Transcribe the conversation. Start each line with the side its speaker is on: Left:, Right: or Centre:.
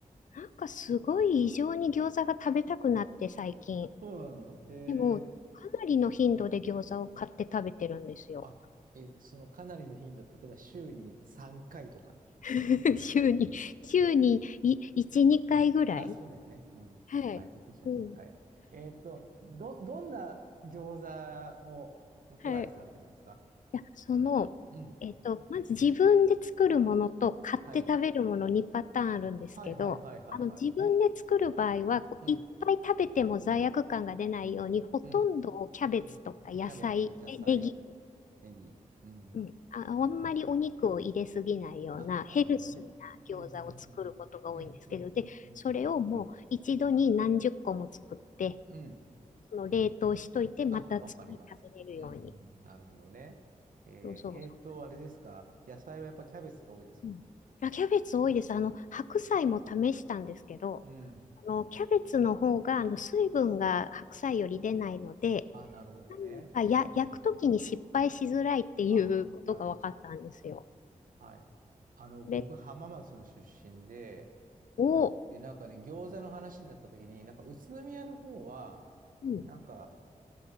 Left: なんかすごい異常に餃子が食べたくなって、最近。
Right: そうなのへ
Left: でも、
Right: え。
Left: かなりの頻度で餃子を買って食べてるんですよ。
Right: あ、え、そのかなりの頻度、例えば週に3回とか。
Left: <laughs> 週に、<laughs> 週にい1、2回ぐらい。
Right: あ、そうだよね。うん。
Left: はい。
Right: はい、びっくりしました。
Left: うん。
Right: はい。えっと、ど、どんな餃子を、をトライされてるんですか
Left: はい。いや、その、
Right: うん。
Left: えっと、まず自分で作るものと買って食べるものにパターンあるんですけど、
Right: はい。はいはいはいはいはい。
Left: あの自分で作る場合はこう、
Right: うん。
Left: いっぱい食べても罪悪感が出ないように、ほとんどをキャベツとか野菜、
Right: うん。うんキャベツ、野菜。
Left: ね、ネギ、
Right: ネギ。うん、
Left: うん、
Right: うん。
Left: あ、あんまりお肉を入れすぎないようなヘルシーな餃子を作ることが多いんですけど、
Right: あ、なるほどね。うん、うん、うん。うん、
Left: で、
Right: うん、うん、
Left: それをもう一度に何十個も作って、
Right: うん。うん。うん
Left: その冷凍しといて、また次食べれるように。
Right: あ、わかります。うん、うん。なるほどね。えー、
Left: そうそう
Right: えーと、あれですか。野菜はやっぱキャベツが多いですか
Left: うんあ、キャベツ多いです。あの、白菜も試したんですけど、
Right: うん。
Left: あの、キャベツの方が、あの、水分が白菜より出ないので、
Right: あ、なるほどね。
Left: なんかや、
Right: うん。
Left: 焼くときに失敗しづらいっていうことが分かったんですよ。
Right: あ、はい。はい。あの、僕、
Left: で、
Right: 浜松の出身で、
Left: お、
Right: で、なんかね、餃子の話になった時に、なんか宇都宮の方は、
Left: うん、
Right: なんか、